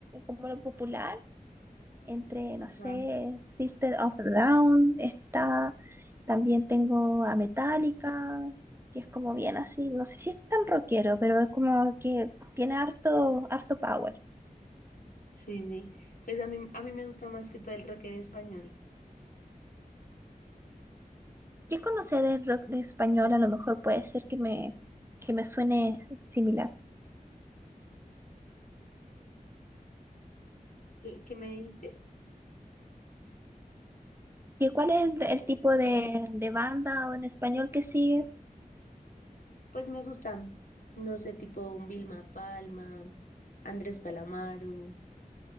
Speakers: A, on the right; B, on the left.
A: como lo popular. entre, no
B: Ajá.
A: sé, Sister of a Down, está, también tengo a Metallica, que es como bien así, no sé si es tan rockero, pero es como que tiene harto, harto power.
B: Sí, sí. Pues a mí, a mí me gusta más que todo el rock en español.
A: ¿Qué conoce de rock de español? A lo mejor puede ser que me, que me suene similar.
B: ¿Qué, qué me dijiste?
A: ¿Y cuál es el, el tipo de, de banda o en español que sigues?
B: Pues me gustan, no sé, tipo un Vilma Palma, Andrés Calamaro,